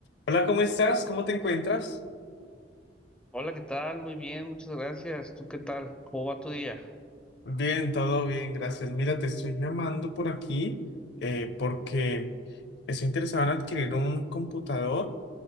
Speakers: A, on the left; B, in the centre.
A: Hola, ¿cómo estás? ¿Cómo te encuentras?
B: Hola, ¿qué tal? Muy bien, muchas gracias. ¿Tú qué tal? ¿Cómo va tu día?
A: Bien, todo bien, gracias. Mira, te estoy llamando por aquí eh, porque estoy interesado en adquirir un computador